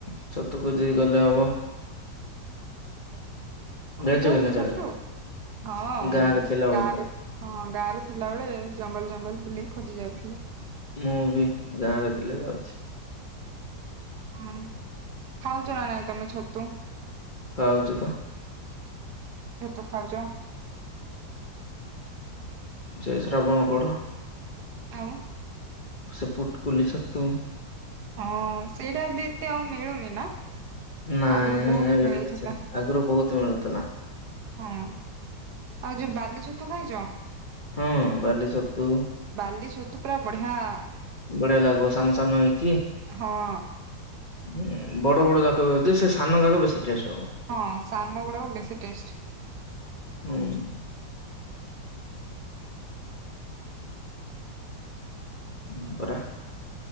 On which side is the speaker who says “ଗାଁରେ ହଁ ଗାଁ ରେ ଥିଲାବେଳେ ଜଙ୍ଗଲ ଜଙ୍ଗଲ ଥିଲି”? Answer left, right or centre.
Right